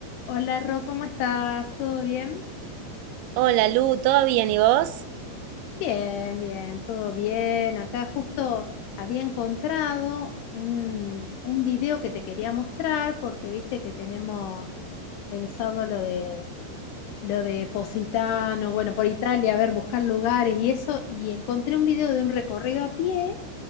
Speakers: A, on the left; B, on the right.
A: Hola Ro, ¿cómo estás? ¿Todo bien?
B: Hola Lu, ¿todo bien y vos?
A: Bien, bien, todo bien. Acá justo había encontrado un, un video que te quería mostrar porque viste que tenemos pensado lo de lo de Positano, bueno, por Italia, a ver, buscar lugares y eso, y encontré un video de un recorrido a pie